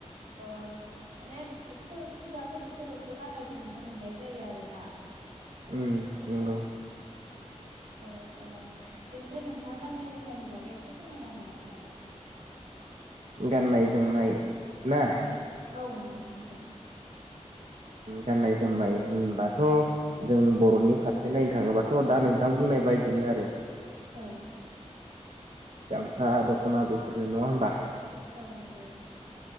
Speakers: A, on the right; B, on the right.
A: माने फुजा फोरबोफोरावसो गाननायखौ नुनो मोननाय जायो आरोना
B: उम नंगौ
A: औ बेनिफ्राय नोंथाङा गाननाय जोमनायनि बागै एसे फोरमायना होनो हागोन नामा?
B: गाननाय जोमनाय ना
A: औ औ नंगौ दा
B: गाननाय जोमनाय होनबाथ' जों बर'नि फारसे नायनो थाङोबाथ' दा नोंथां बुंनाय बायदिनो आरो
A: औ
B: गामसा दख'ना बेफोरनो नङा होमबा?
A: औ नंगौ